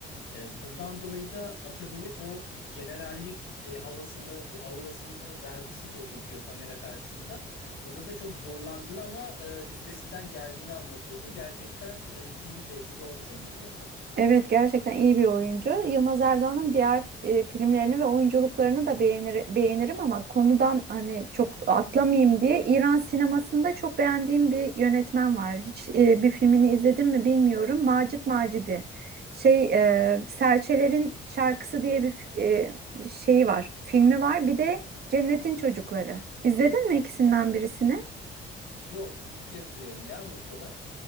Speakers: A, on the left; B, on the right.
A: E, Bundan dolayı da ata binip o generallik e, havasını, aurasını vermesi gerekiyor kamera karşısında. Bunda da çok zorlandığını ama e, üstesinden geldiğini anlatıyordu. Gerçekten e, iyi bir tecrübe olmuş onun adına da.
B: Evet gerçekten iyi bir oyuncu. Yılmaz Erdoğan'ın diğer e, filmlerini ve oyunculuklarını da beğenir, beğenirim ama konudan hani çok atlamayayım diye İran sinemasında çok beğendiğim bir yönetmen var. Hiç e, bir filmini izledim mi bilmiyorum. Macit Macidi. Şey e, Serçelerin Şarkısı diye bir e, şeyi var. Filmi var. Bir de Cennetin Çocukları. İzledin mi ikisinden birisini?
A: Yok, ilk kez duyuyorum. Ne anlatıyorlar?